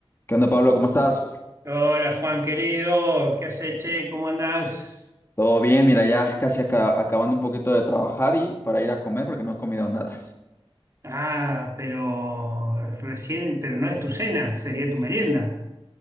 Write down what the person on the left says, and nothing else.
¿Qué onda, Pablo? ¿Cómo estás?
Todo bien, mira, ya casi aca- acabando un poquito de trabajar y para ir a comer porque no he comido nada.